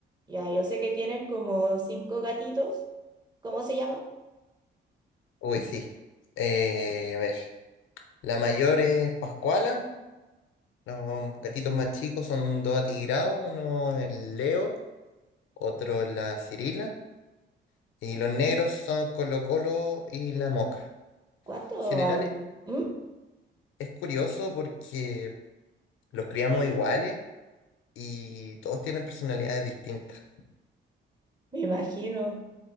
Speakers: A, on the right; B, on the left.
A: Ya, yo sé que tienes como cinco gatitos. ¿Cómo se llaman?
B: Uy, sí. Eh, a ver, la mayor es Pascuala, los gatitos más chicos son dos atigrados, uno es el Leo, otro es la Cirila, y los negros son Colo Colo y la Moca.
A: ¿Cuántos?
B: En general
A: ah,
B: e-
A: ¿Mm?
B: es curioso porque los criamos iguales y todos tienen personalidades distintas.
A: Me imagino.